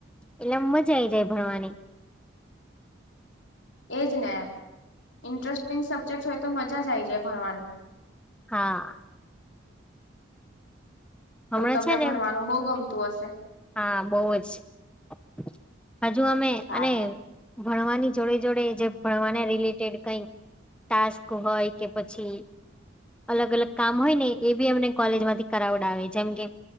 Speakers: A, in the centre; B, on the left (about 65°).
A: એટલે મજા આઈ જાય ભણવાની
B: એજ ને ઇન્ટરેસ્ટિંગ સબ્જેક્ટસ હોય તો મજા જ આ આવી જાય ભણવાની
A: હા હમણાં
B: તો તમને
A: છે ને
B: ભણવાનું બહુ ગમતું હશે
A: હા બઉ જ હજુ અમે
B: સારું
A: અને ભણવાની જોડે જોડે જે ભણવાના રિલેટેડ કઈ ટાસ્ક હોય કે પછી અલગ અલગ કામ હોય ને એ બી અમને કોલેજમાંથી કરાવડાવે જેમ કે